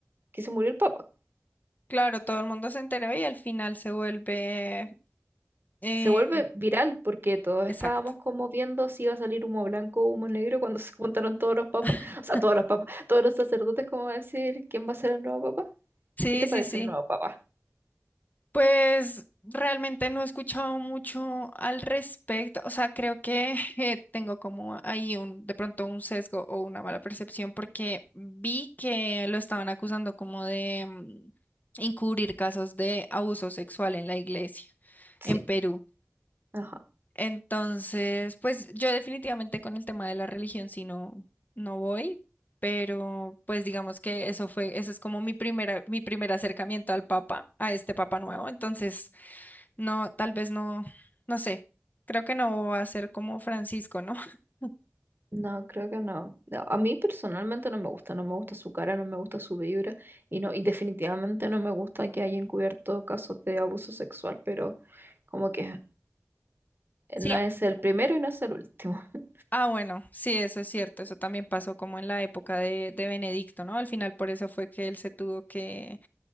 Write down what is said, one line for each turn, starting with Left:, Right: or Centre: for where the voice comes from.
Right: que se murió el Papa.
Left: Claro, todo el mundo se enteró y al final se vuelve... eh,
Right: Se vuelve viral porque todos
Left: exacto.
Right: estábamos como viendo si iba a salir humo blanco o humo negro cuando <laughs> se juntaron todos los papas,
Left: <laughs>
Right: o sea, todos los papas, todos los sacerdotes, como a decir quién va a ser el nuevo papa.
Left: Sí,
Right: ¿Qué te
Left: sí,
Right: parece
Left: sí.
Right: el nuevo papá?
Left: Pues realmente no he escuchado mucho al respecto, o sea, creo que <laughs> eh, tengo como ahí un, de pronto un sesgo o una mala percepción porque vi que lo estaban acusando como de mm, encubrir casos de abuso sexual en la iglesia
Right: Sí,
Left: en Perú.
Right: ajá.
Left: Entonces, pues yo definitivamente con el tema de la religión sí no, no voy, pero pues digamos que eso fue, ese es como mi primera, mi primer acercamiento al Papa, a este Papa nuevo. Entonces, no, tal vez no, no sé. Creo que no va a ser como Francisco, ¿no? <laughs>
Right: No, creo que no. No, A mí personalmente no me gusta, no me gusta su cara, no me gusta su vibra y no, y definitivamente no me gusta que haya encubierto casos de abuso sexual, pero como que
Left: Sí.
Right: no es el primero y no es el último. <laughs>
Left: Ah, bueno, sí, eso es cierto. Eso también pasó como en la época de, de Benedicto, ¿no? Al final por eso fue que él se tuvo que,